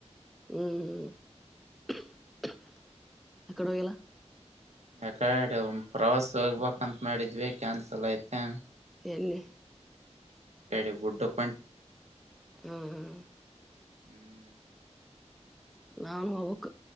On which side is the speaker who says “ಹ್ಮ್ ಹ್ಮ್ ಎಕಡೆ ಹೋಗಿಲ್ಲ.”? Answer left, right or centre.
Centre